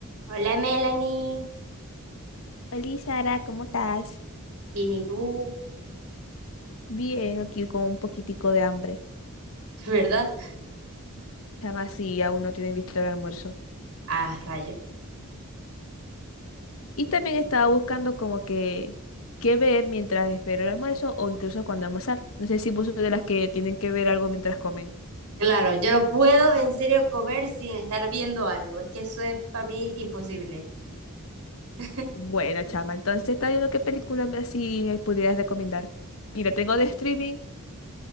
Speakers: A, on the right; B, on the left.
A: Hola Melanie,
B: Hola Sara, ¿cómo estás?
A: bien y tú,
B: Bien, aquí con un poquitico de hambre.
A: <laughs> ¿verdad?
B: Chama sí, aún no tienen listo el almuerzo.
A: Ah, rayos.
B: Y también estaba buscando como que qué ver mientras espero el almuerzo o incluso cuando almorzar. No sé si vos sos de las que tienen que ver algo mientras comen.
A: Claro, yo no puedo en serio comer sin estar viendo algo, es que eso es para mí imposible. <laughs>
B: Buena chama, entonces está viendo qué película me así me pudieras recomendar. Mira, tengo de streaming